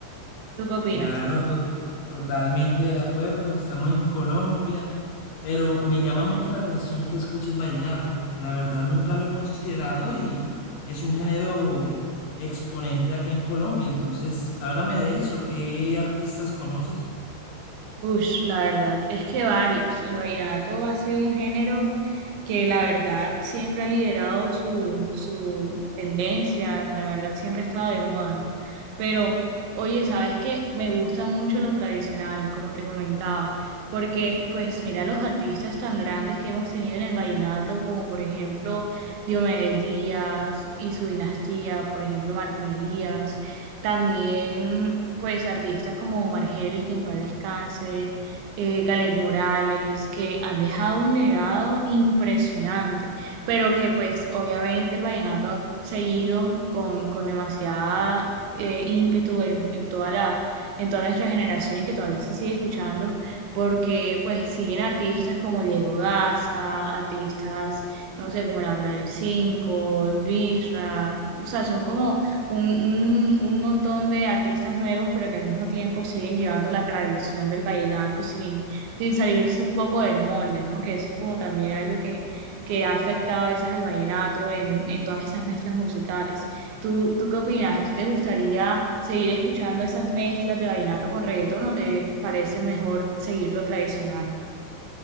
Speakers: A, on the right; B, on the left.
A: ¿Tú qué opinas?
B: Claro, to- totalmente de acuerdo. Estamos en Colombia, pero me llama mucho la atención que escuches vallenato. La verdad, nunca lo he considerado y es un género exponente acá en Colombia. Entonces, háblame de eso. ¿Qué artistas conoces?
A: Ush, la verdad es que varios. El vallenato ha sido un género que la verdad siempre ha liderado su, su tendencia, la verdad siempre ha estado de moda, ¿no? Pero, oye, ¿sabes qué? Me gusta mucho lo tradicional, como te comentaba, porque pues mira los artistas tan grandes que hemos tenido en el vallenato, como por ejemplo Diomedes Díaz y su dinastía, por ejemplo Martín Elías, también pues artistas como Margelis, que en paz descanse, eh, Galet Morales, que han dejado un legado impresionante, pero que pues obviamente el vallenato ha seguido con, con demasiada eh, ímpetu en, en toda la, en toda nuestra generación y que todavía se sigue escuchando, porque pues siguen artistas como Diego Daza, artistas, no sé, como la banda del 5, Luisra, o sea, son como un, un, un montón de artistas nuevos, pero que al mismo tiempo siguen llevando la tradición del vallenato sin, sin salirse un poco del molde, ¿no? Que eso es como también algo que, que ha afectado a veces al vallenato en, en todas esas mezclas musicales. ¿Tú, tú qué opinas? ¿A ti te gustaría seguir escuchando esas mezclas de vallenato con reggaetón o te parece mejor seguir lo tradicional?